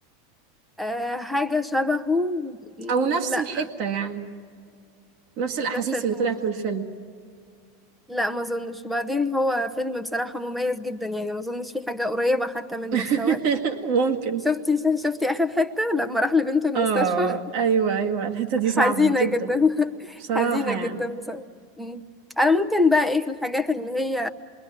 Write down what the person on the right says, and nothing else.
او نفس
الحتة يعني نفس الاحاسيس
اللي طلعت من الفيلم
<laughs>
ممكن
اه
ايوه ايوه الحتة دي
صعبة جدا
بصراحة
يعني